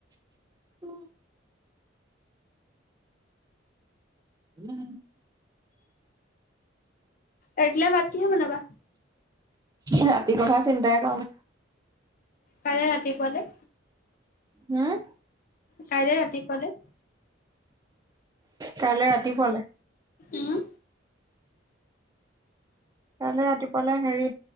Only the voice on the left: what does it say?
ৰাতিলে ভাত কিনে বনাৱা?
কাইলৈ ৰাতিপুৱালে?
কাইলৈ ৰাতি পোৱালে?
উম।